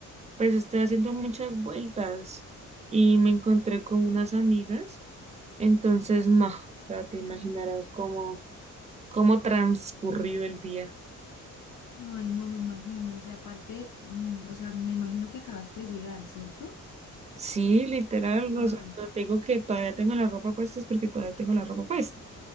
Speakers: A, on the right; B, on the left.
A: pues estoy haciendo muchas vueltas y me encontré con unas amigas, entonces no, o sea, te imaginarás cómo, cómo transcurrió el día.
B: Ay, no me imagino, o sea, aparte, mm, o sea, me imagino que acabaste de llegar, ¿cierto?
A: Sí, literal,
B: Wow.
A: o sea, cuando tengo que todavía tengo la ropa puesta es porque todavía tengo la ropa puesta.